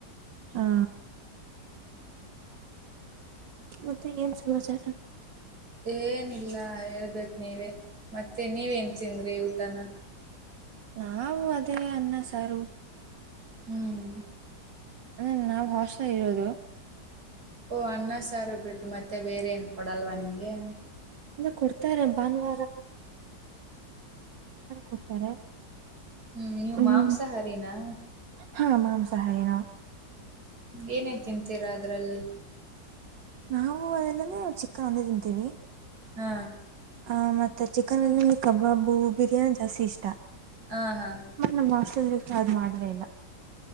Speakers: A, on the right; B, on the right.
A: ಹಾ ಮತ್ತೆ ಏನ್ ಸಮಾಚಾರ
B: ಏನಿಲ್ಲ ಹೇಳ್ಬೇಕ ನೀವೇ ಮತ್ತೆ ನೀವ್ ಎನ್ ತಿಂದ್ರಿ ಊಟನ
A: ನಾವು ಅದೇ ಅನ್ನ ಸಾರು
B: ಹ್ಮ್
A: <unintelligible> ನಾವ್ ಹೊಾಸ್ಟಲ್ ಇರೋದು
B: ಓಹ್ ಅನ್ನ ಸಾರು ಬಿಟ್ಟು ಮತ್ತೆ ಬೇರೆ ಏನು ಕೊಡಲ್ವ ನಿಮಗೆ
A: ಇನ್ನು ಕೊಡ್ತಾರೆ ಭಾನುವಾರ ಕೊಡ್ತಾರೆ
B: ಹ್ಮ್ ನೀವು
A: ಭಾನುವಾರ
B: ಮಾಂಸಾಹಾರಿನಾ
A: ಹ್ಮ್ ಹಾಂ ಮಾಂಸಹಾರಿನ
B: ಏನೇನ್ ತಿಂತೀರಾ ಅದ್ರಲ್ಲಿ
A: ನಾವು ಅದಲ್ಲಂದ ಚಿಕ್ಕ ಹಂದಿ ತಿಂತೀವಿ
B: ಹಾ
A: ಹ ಮತ್ತೆ ಚಿಕನ್ ಅಲ್ಲಿ ನಿಮಗೆ ಕಬಾಬು ಬಿರಿಯಾನಿ ಜಾಸ್ತಿ ಇಷ್ಟ
B: ಹಾ ಹಾ
A: ಮತ್ತ ನಮ್ ಹಾಸ್ಟೆಲ್ ಅಲ್ಲಿ ಚಾರ್ಜ್ ಮಾಡ್ಲೆ ಇಲ್ಲ